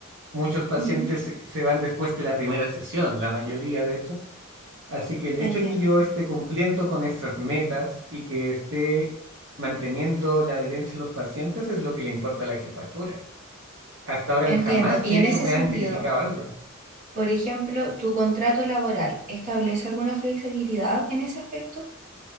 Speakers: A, on the right; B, on the right.
A: Muchos pacientes
B: Ujú.
A: se se van después de la primera sesión, la mayoría de hecho. Así que el hecho
B: Entiendo,
A: de que yo esté cumpliendo con esas metas y que esté manteniendo la adherencia de los pacientes es lo que le importa a la jefatura. Hasta ahora
B: entiendo.
A: jamás,
B: Y
A: de
B: en
A: hecho,
B: ese
A: me
B: sentido,
A: han criticado algo.
B: por ejemplo, ¿tu contrato laboral establece alguna flexibilidad en ese aspecto?